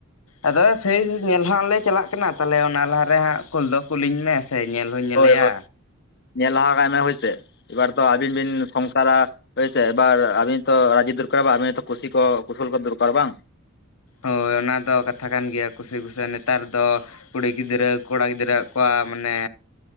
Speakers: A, on the left; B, on the left.
A: ᱟᱫᱚ ᱥᱮᱭ ᱧᱮᱞ ᱦᱟᱸᱜ ᱞᱮ ᱪᱟᱞᱟᱜ ᱠᱟᱱᱟ ᱛᱟᱦᱚᱞᱮ ᱚᱱᱟ ᱞᱟᱦᱟ ᱨᱮ ᱦᱟᱸᱜ ᱠᱩᱞ ᱫᱚ ᱠᱩᱞᱤᱧ ᱢᱮ᱾ ᱥᱮ ᱧᱮᱞ ᱦᱚᱸᱧ ᱧᱮᱞᱮᱭᱟ᱾
B: ᱦᱳᱭ ᱦᱳᱭ ᱧᱮᱞ ᱞᱟᱦᱟ ᱠᱟᱭ ᱢᱮ ᱦᱳᱭᱥᱮ ᱮᱵᱟᱨ ᱛᱚ ᱟᱹᱵᱤᱱ ᱵᱤᱱ ᱥᱚᱝᱥᱟᱨᱟ᱾ ᱦᱩᱭᱥᱮ ᱮᱵᱟᱨ ᱟᱵᱤᱱ ᱛᱚ ᱨᱟᱡᱤ ᱫᱚᱨᱠᱟᱨᱚ ᱵᱟᱝ ᱟᱵᱤᱱᱛᱚ ᱠᱩᱥᱤ ᱠᱚ ᱠᱩᱥᱟᱹᱞ ᱠᱚ ᱫᱚᱨᱠᱟᱨ ᱵᱟᱝ?
A: ᱦᱳᱭ ᱚᱱᱟ ᱫᱚ ᱠᱟᱛᱷᱟ ᱠᱟᱱ ᱜᱮᱭᱟ ᱠᱩᱥᱤ ᱠᱩᱥᱟᱹᱞ ᱱᱮᱛᱟᱨ ᱫᱚ, ᱠᱩᱲᱤ ᱜᱤᱫᱽᱨᱟᱹ ᱠᱚᱲᱟ ᱜᱤᱫᱽᱨᱟᱹ ᱠᱚᱣᱟᱜ ᱢᱟᱱᱮ